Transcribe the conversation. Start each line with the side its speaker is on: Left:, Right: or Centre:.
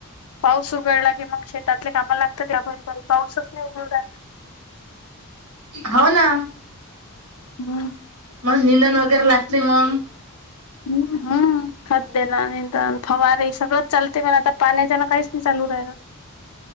Left: पाऊस उघडला की मग शेतातले कामा लागतं त्यापरी पाऊसच नाही उघडला ह <inaudible>
Right: हो ना
Left: ब
Right: मग निंदन वगैरे लागते मग
Left: ह हम खत देना निंदन फवारे सगळंच चालते पण आता पाण्याच्या ना काहीच नाही चालू राहाला